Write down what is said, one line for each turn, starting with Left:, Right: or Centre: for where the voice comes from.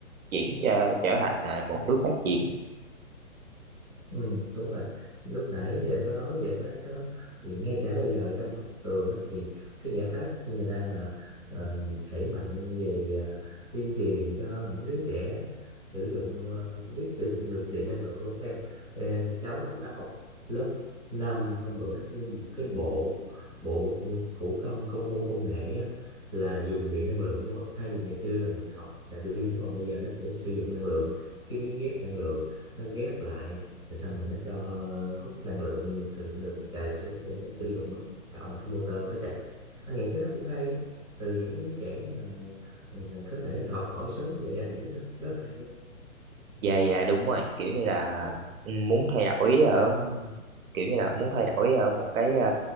Right: triển cho trở thành ờ, một nước phát triển
Centre: Ừ, đúng rồi. Lúc nãy thì anh có nói cái giải pháp đó thì ngay cả bây giờ trong học đường á, thì cái giải pháp người ta là ờ, đẩy mạnh về ờ, tuyên truyền cho những đứa trẻ sử dụng ờ, biết sử dụng được điện năng lượng luôn em. Bây giờ cháu anh nó học lớp năm hôm bữa nó mua một cái bộ bộ thủ công công môn công nghệ á, là dùng điện năng lượng luôn á. Thay vì ngày xưa là mình học xài pin đúng không? Bây giờ nó sẽ sử dụng năng lượng cái miếng ghép năng lượng nó ghép lại rồi xong rồi nó cho hút năng lượng từ đường mặt trời xuống rồi nó sử dụng nó tạo thành cái motor nó chạy anh nghĩ cái đó cũng hay đó. từ những cái đứa trẻ mà ờ, có thể là học hỏi sớm như vậy anh nghĩ nó là rất là hay đấy
Right: dạ dạ đúng rồi kiểu như là ừ, muốn thay đổi ở kiểu như là muốn thay đổi ở một cái ờ,